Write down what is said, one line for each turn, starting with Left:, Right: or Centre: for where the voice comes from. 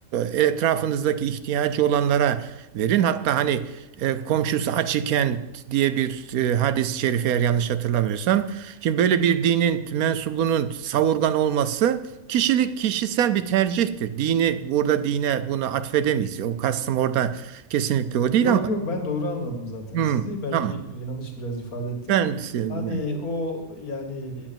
Right: e, etrafınızdaki ihtiyacı olanlara verin. Hatta hani e, komşusu aç iken diye bir e, hadis-i şerif eğer yanlış hatırlamıyorsam. Şimdi böyle bir dinin mensubunun savurgan olması Kişilik kişisel bir tercihtir. Dini burada dine bunu atfedemeyiz. O kastım orada kesinlikle o değil
Left: Yok
Right: ama
Left: yok ben doğru anladım zaten
Right: hmm,
Left: sizi. Belki
Right: tamam.
Left: yanlış biraz ifade ettim.
Right: Ben seviyorum.
Left: Hani o yani